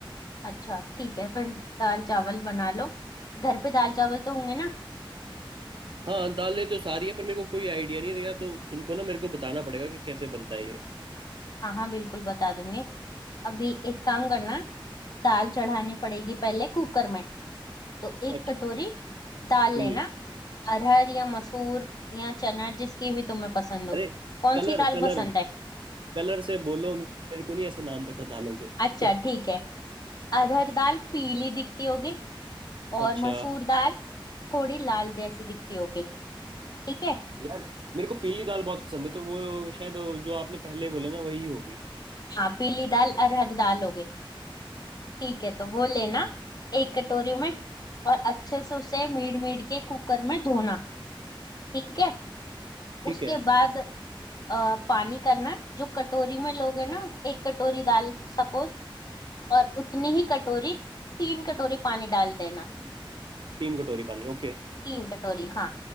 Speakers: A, on the left; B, on the right.
A: अच्छा ठीक है फिर दाल चावल बना लो घर पे दाल चावल तो होंगे ना
B: हाँ दालें तो सारी है पर मेरे को कोई आइडिया नहीं रहेगा तो तुमको ना मेरे को बताना पड़ेगा कि कैसे बनता है ये
A: हाँ हाँ बिल्कुल बता दूंगी अभी एक काम करना दाल चढ़ानी पड़ेगी पहले कुकर में तो एक
B: अच्छा
A: कटोरी दाल लेना
B: हम्म
A: अरहर या मसूर या चना जिसकी भी तुम्हें पसंद हो
B: अरे
A: कौन
B: कलर
A: सी दाल
B: कलर
A: पसंद है
B: कलर से बोलो मेरे को नहीं ऐसे नाम पता दालों के
A: अच्छा
B: <laughs>
A: ठीक है अरहर दाल पीली दिखती होगी और
B: अच्छा
A: मसूर दाल थोड़ी लाल जैसी दिखती होगी ठीक है
B: यार मेरे को पीली दाल बहुत पसंद है तो वो शायद जो आपने पहले बोला ना वही होगी
A: हाँ पीली दाल अरहर दाल हो गई ठीक है तो वो लेना एक कटोरी में और अच्छे से उसे मीड मीड के कुकर में धोना ठीक है
B: ठीक
A: उसके
B: है
A: बाद अ, पानी करना जो कटोरी में लोगे ना एक कटोरी दाल सपोज और उतनी ही कटोरी तीन कटोरी पानी डाल देना
B: तीन कटोरी पानी ओके
A: तीन कटोरी हाँ